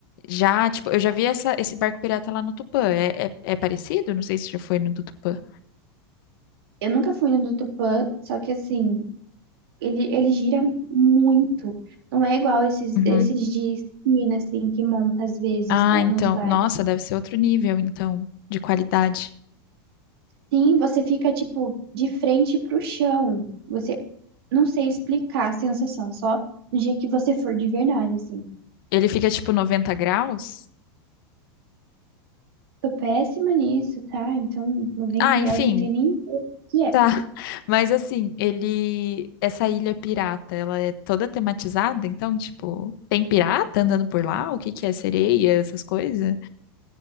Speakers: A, on the left (about 60°); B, on the right (about 75°).
A: já, tipo, eu já vi essa, esse barco pirata lá no Tupã. É, é, é parecido? Não sei se já foi no do Tupã.
B: Eu nunca fui no do Tupã, só que assim, ele, ele gira muito. Não é igual esses,
A: Uhum.
B: esses de esquina, assim, que monta às vezes,
A: Ah,
B: né,
A: então.
B: nos bairros.
A: Nossa, deve ser outro nível, então, de qualidade.
B: Sim, você fica, tipo, de frente pro chão. Você não sei explicar a sensação, só no dia que você for de verdade, assim.
A: Ele fica tipo 90 graus?
B: Tô péssima nisso, tá? Então, noventa
A: Ah,
B: graus
A: enfim,
B: não tem nem o que é.
A: tá. Mas assim, ele. Essa ilha pirata, ela é toda tematizada? Então, tipo, tem pirata andando por lá? O que que é? Sereia, essas coisas?